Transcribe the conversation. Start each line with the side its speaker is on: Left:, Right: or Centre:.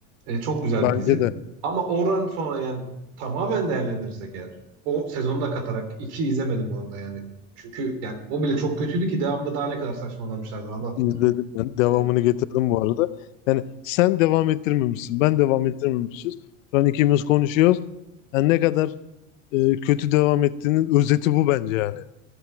Right: E, çok güzel
Left: Bence
Right: bir dizi.
Left: de
Right: Ama oradan sonra yani tamamen değerlendirirsek eğer o sezonu da katarak iki izlemedim orada yani. Çünkü yani o bile çok kötüydü ki devamında daha ne kadar saçmalamışlardır Allah
Left: izledim
Right: bilir.
Left: ben. Devamını
Right: E,
Left: getirdim bu arada. Yani sen devam ettirmemişsin. Ben devam ettirmemişiz. Şu an ikimiz konuşuyoruz. Yani ne kadar e, kötü devam ettiğinin özeti bu bence yani.